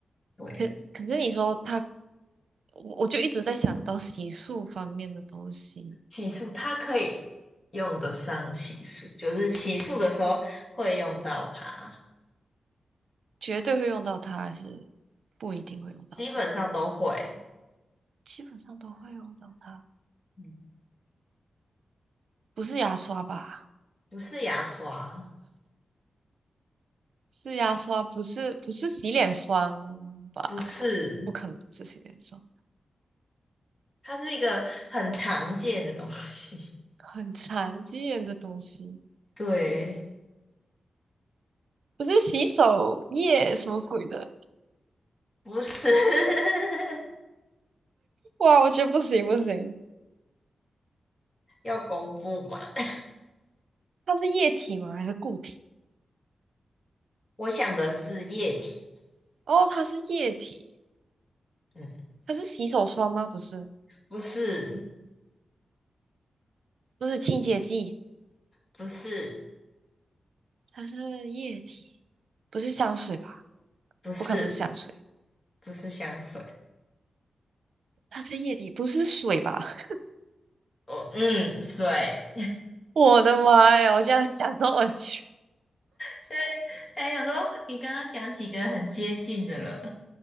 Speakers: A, on the left; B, on the right.
A: 对，
B: 可可是你说它我我就一直在想到洗漱方面的东西，
A: 洗漱它可以用得上洗漱，就是洗漱的时候会用到它，
B: 绝对会用到它，还是不一定会用到它？
A: 基本上都会，
B: 基本上都会用到它，
A: 嗯，
B: 不是牙刷吧？
A: 不是牙刷，
B: 是牙刷，不是不是洗脸霜吧？
A: 不是，
B: 不可能是洗脸霜，
A: 它是一个很常见的东西，
B: 很常见的东西，
A: <laughs> 对，
B: 不是洗手液什么鬼的？
A: 不是，<laughs>
B: 哇，我觉得不行不行，
A: 要公布嘛？<laughs>
B: 它是液体吗？还是固体？
A: 我想的是液体，
B: 哦，它是液体，
A: 嗯，
B: 它是洗手霜吗？不是，
A: 不是，
B: 不是清洁剂，
A: 不是，
B: 它是液体。不是香水吧？
A: 不是，
B: 不可能是香水，
A: 不是香水。
B: 它是液体，不是水吧？<laughs>
A: 哦，嗯，水，
B: 我的妈呀！我现在想说，我去，
A: 所以才想说，你刚刚讲几个很接近的了，